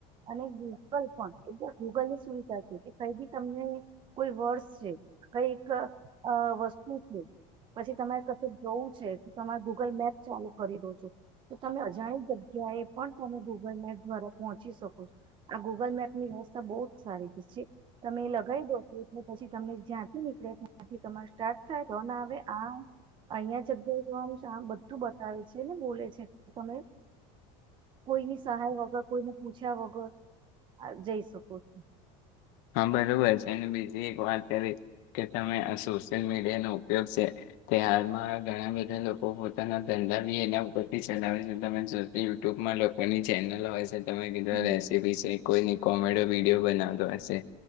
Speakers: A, on the right (about 30°); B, on the left (about 65°).
A: અને ગૂગલ પણ એકદ ગૂગલ ની સુવિધા છે કે કઈ બી તમને કોઈ વર્ડસ છે કઈક વસ્તુ પછી તમારે કશું જોવું છે તમારે ગુગલ મેપ ચાલુ કરી દો છો તો તમે અજાણી જગ્યાએ પણ તમે ગૂગલ મેપ દ્વારા પહોંચી શકો છો આ ગૂગલ મેપની વ્યવસ્થા બહુ જ સારી છે તમે એ લગાવી દો છો એટલે પછી તમને જ્યાંથી નીકળ્યા ત્યાંથી તમા સ્ટાક તો ના આવે આ અહિયાં જગ્યા જોમ શમ આવે છેને બોલે છે તમે કોઈની સહાય વગર કોઈને પૂછ્યા વગર જઈ શકો છો
B: હા બરોબર છે અને બીજી એક વાત કરી કે તમે સોિલ મી ઉપયોગ છે હાલમાં ઘણા બધા લોકો પોતાના ધંધા બી એના ઉપરથી ચલાવે છે તમે જો યુટ્યુબમાં લોકોની ચેનલો હોય છે તમે કીધું
A: છું
B: રેસીપી છે કોઈ કોમેડ વિડીિયો બનાવતો હશે